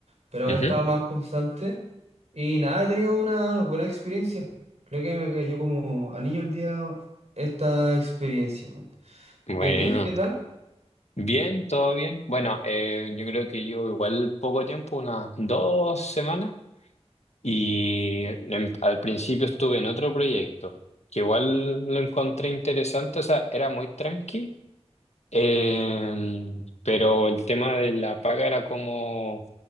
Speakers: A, on the right; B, on the left.
A: Pero ahora
B: Ujú.
A: estaba más constante. Y nada, he tenido una buena experiencia. Creo que me cayó como anillo el día esta experiencia.
B: Bueno,
A: ¿Y a ti? ¿Qué tal?
B: bien, todo bien. Bueno, eh, yo creo que yo igual poco tiempo, unas dos semanas, y en- al principio estuve en otro proyecto, que igual lo encontré interesante, o sea, era muy tranqui. Em, pero el tema de la paga era como